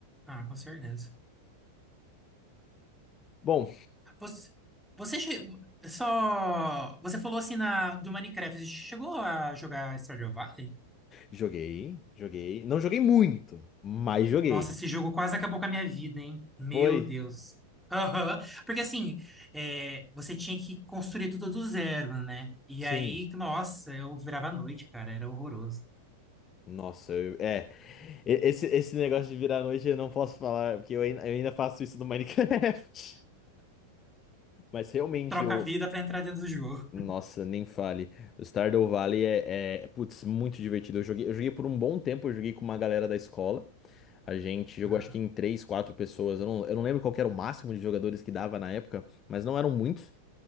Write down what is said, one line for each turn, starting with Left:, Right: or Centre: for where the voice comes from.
Centre: Ah, com certeza.
Left: Bom,
Centre: Você, você che- só. Você falou assim na, do Minecraft. Você chegou a jogar Stardew Valley?
Left: joguei, joguei. Não joguei muito, mas joguei.
Centre: Nossa, esse jogo quase acabou com a minha vida, hein? Meu
Left: Foi?
Centre: Deus. Aham. Porque assim, é, você tinha que construir tudo do zero, né? E
Left: Sim.
Centre: aí, nossa, eu virava à noite, cara. Era horroroso.
Left: Nossa, eu- é. e- Esse, esse negócio de virar a noite eu não posso falar, porque eu ainda, eu ainda faço isso no Minecraft. <laughs> Mas realmente,
Centre: Troca a vida pra entrar dentro do jogo.
Left: Nossa, nem fale. O Stardew Valley é, é, putz, muito divertido. Eu joguei, eu joguei por um bom tempo, eu joguei com uma galera da escola. A gente jogou
Centre: Aham,
Left: acho que em três, quatro pessoas. Eu não, eu não lembro qual que era o máximo de jogadores que dava na época, mas não eram muitos.